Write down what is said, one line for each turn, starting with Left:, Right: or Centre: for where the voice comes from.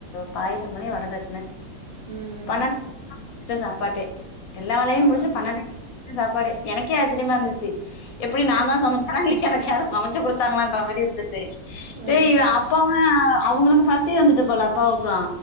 Left: பாயசம் பண்ணி வட தட்னே
Right: ம்
Left: பண்ணென்டுகு தா வச்சே சாப்பாட்டே எல்லா வேலையு
Right: ஆ
Left: முடிச்சு பன்னெண்டே வச்சே சாப்பாடே எனக்கே ஆச்சரியமா இருந்துச்சு எப்டி நான்தா சமச்சனா இல்ல எனக்கு யாரு சமச்சு கொடுத்தாங்களான்ற மாரி இருந்தது
Right: ஆ
Left: டேய்அப்போ அவங்களுக்கு பசி வந்துட்டு போல அப்பாவுக்கு